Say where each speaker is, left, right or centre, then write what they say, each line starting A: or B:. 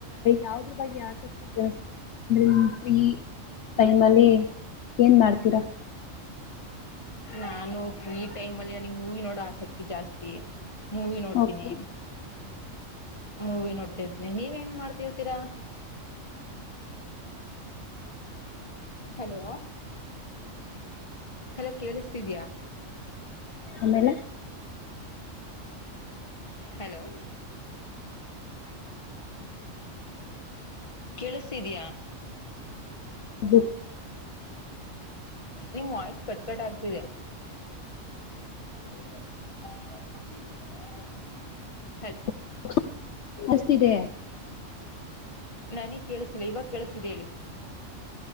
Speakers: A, on the left; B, on the left.
A: ಯಾವ್ದ್ರ ಬಗ್ಗೆ ಆಸಕ್ ಜಾಸ್ತಿ ಅಂದ್ರೆ ನಿವ್ ಫ್ರೀ ಟೈಮ ಅಲ್ಲಿ ಏನ್ ಮಾಡ್ತೀರಾ.
B: ನಾನು ಫ್ರೀ ಟೈಮಲಿ ನನಿಗ್ ಮೂವಿ ನೋಡೋ ಆಸಕ್ತಿ ಜಾಸ್ತಿ. ಮೂವಿ ನೋಡ್ತೀನಿ.
A: ಓಕೆ
B: ಮೂವಿ ನೋಡ್ತಿರ್ತೀನಿ ನೀವ್ ಏನ್ ಮಾಡ್ತಿರ್ತೀರಾ ಹಲೋ. ಹಲೋ ಕೇಳಿಸ್ತಿದ್ಯಾ.
A: ಆಮೇಲೆ
B: ಹೆಲೋ ಕೆಳುಸ್ತಿದ್ಯ.
A: ಬುಬ್
B: ನಿಮ್ ವಾಯ್ಸ್ ಕಟ್ಕಟ್ ಆಗ್ತಿದೆ. <unintelligible>
A: <unintelligible> ಸ್ತಿದೆ.
B: ನನಿಗ್ ಕೇಳುಸ್ತಿಲ್ಲ ಇವಾಗ್ ಕೇಳುಸ್ತಿದೆ ಹೇಳಿ.